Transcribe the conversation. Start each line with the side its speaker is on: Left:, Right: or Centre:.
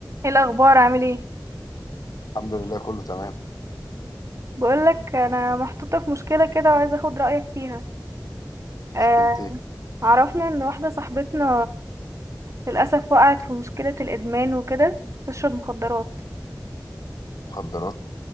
Right: ايه الاخبار عامل ايه
Left: الحمد لله كله تمام
Right: بقولك انا محطوطه في مشكله كده وعايزه اخد رايك فيها آه
Left: مشكلتي
Right: عرفنا ان واحده صاحبتنا للاسف وقعت في مشكله الادمان وكده تشرب مخدرات
Left: مخدرات